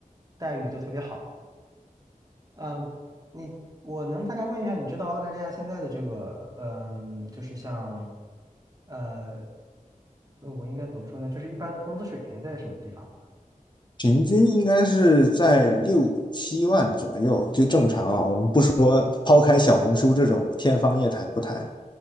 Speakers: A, on the right; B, on the left.
A: 待遇都特别好。呃，你我能大概问一下，你知道澳大利亚现在的这个，嗯、就是像，呃，呃我应该怎么说呢？就是一般的工资水平在什么地方吗？
B: 平均应该是在六七万左右，就正常啊。我们不抛开小红书这种天方夜谭不谈，